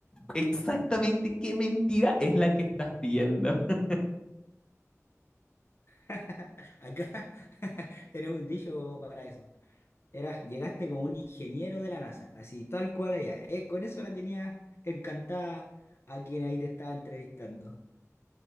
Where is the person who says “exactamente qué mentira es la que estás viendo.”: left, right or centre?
Left